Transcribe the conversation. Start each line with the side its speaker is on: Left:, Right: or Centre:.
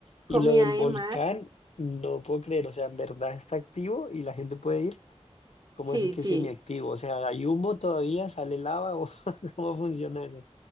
Right: comida
Left: Y lo del volcán,
Right: de mar.
Left: no puedo creer, o sea, en verdad está activo y la gente puede ir. ¿Cómo
Right: Sí,
Left: así que
Right: sí.
Left: semiactivo? O sea, ¿hay humo todavía? ¿Sale lava? ¿O <laughs> ¿Cómo funciona eso?